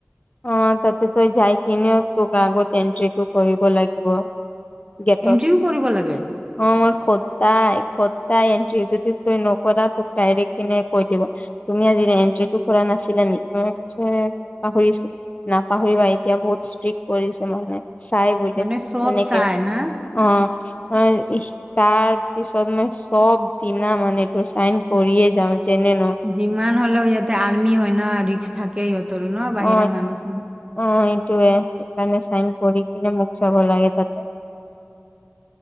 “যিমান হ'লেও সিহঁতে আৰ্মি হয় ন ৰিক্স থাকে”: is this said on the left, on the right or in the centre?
Right